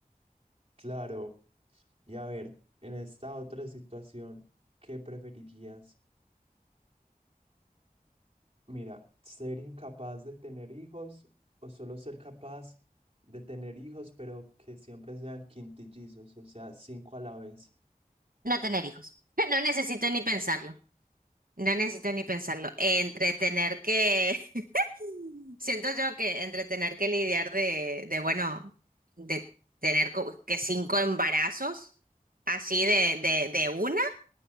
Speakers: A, on the right; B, on the right.
A: Claro. Y a ver, en esta otra situación, ¿qué preferirías? Mira, ser incapaz de tener hijos o solo ser capaz de tener hijos, pero que siempre sean quintillizos, o sea, cinco a la vez.
B: No tener hijos. <laughs> No necesito ni pensarlo. No necesito ni pensarlo. Entretener que, <laughs> siento yo que entretener que lidiar de, de bueno, de tener como que cinco embarazos así de, de, de una,